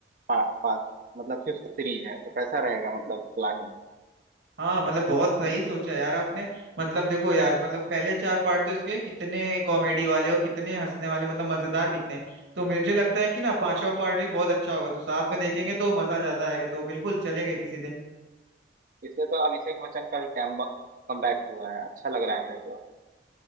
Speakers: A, on the right (about 45°); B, on the right (about 85°).
A: पा, पा, मतलब फिफ्थ सीरीज है तो कैसा रहेगा मतलब प्लानिंग
B: हाँ मतलब बहुत सही सोचा यार आपने मतलब देखो यार मतलब पहले चार पार्ट तो इसके कितने कॉमेडी वाले और कितने हंसने वाले मतलब मजेदार कितने तो मुझे लगता है कि ना पांचवा पार्ट भी बहुत अच्छा होगा तो साथ में देखेंगे तो मजा ज्यादा आएगा तो बिल्कुल चलेंगे किसी दिन
A: इसमें तो अभिषेक बच्चन का भी कैम कमबैक हुआ है अच्छा लग रहा है मेरे को